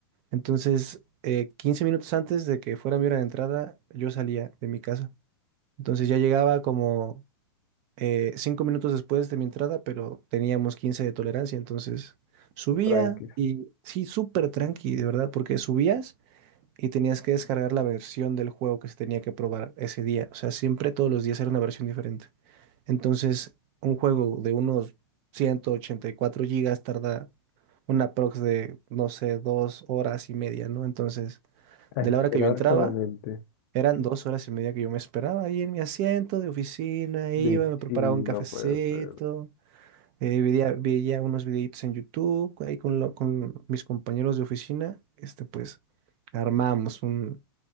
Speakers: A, on the right; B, on the left.
A: Entonces, eh, 15 minutos antes de que fuera mi hora de entrada, yo salía de mi casa. Entonces ya llegaba como eh, 5 minutos después de mi entrada, pero teníamos 15 de tolerancia. Entonces subía
B: Tranquis,
A: y sí, súper tranqui, de verdad, porque subías y tenías que descargar la versión del juego que se tenía que probar ese día. O sea, siempre todos los días era una versión diferente. Entonces, un juego de unos 184 gigas tarda una prox de, no sé, dos horas y media, ¿no? Entonces...
B: a
A: De
B: esperar
A: la hora que yo entraba,
B: solamente.
A: eran dos horas y media que yo me esperaba ahí en mi asiento de oficina,
B: De
A: iba,
B: Sí.
A: me preparaba
B: chill,
A: un cafecito,
B: no puede ser.
A: eh, veía, veía unos videitos en YouTube, ahí con, lo- con mis compañeros de oficina, este, pues armamos un-